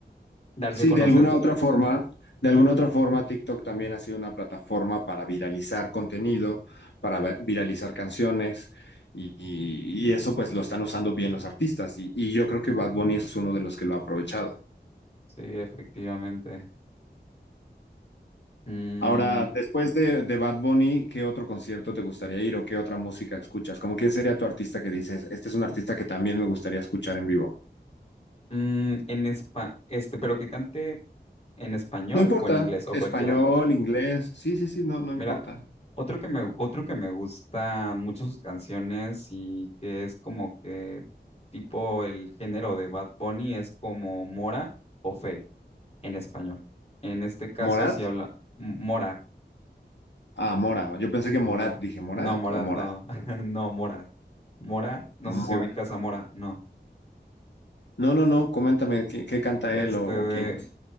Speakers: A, on the left (about 35°); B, on the left (about 80°).
A: darse
B: Sí,
A: a conocer.
B: de alguna otra forma, de alguna otra forma, TikTok también ha sido una plataforma para viralizar contenido, para vi- viralizar canciones, y, y- y eso pues lo están usando bien los artistas, y, y yo creo que Bad Bunny es uno de los que lo ha aprovechado.
A: Sí, efectivamente. Mm,
B: Ahora, después de, de Bad Bunny, ¿qué otro concierto te gustaría ir o qué otra música escuchas? ¿Cómo quién sería tu artista que dices, este es un artista que también me gustaría escuchar en vivo?
A: mm, en espa- este, pero que cante en español
B: No importa,
A: o en inglés o
B: español,
A: cualquiera.
B: inglés, sí, sí, sí, no, no
A: Mira,
B: importa.
A: otro que me, otro que me gusta mucho sus canciones y que es como que tipo el género de Bad Bunny es como Mora o Fey en español. En este caso,
B: ¿Morat?
A: si habla M- Mora.
B: Ah, Mora. Yo pensé que Morat,
A: Mora.
B: dije, ¿Morat
A: No, Morat,
B: o Mora?
A: no. <laughs> No, Mora. Mora, no sé
B: Mora.
A: si ubicas a Mora, no.
B: No, no, no, coméntame qué, qué canta
A: Este
B: él o,
A: de,
B: o quién es.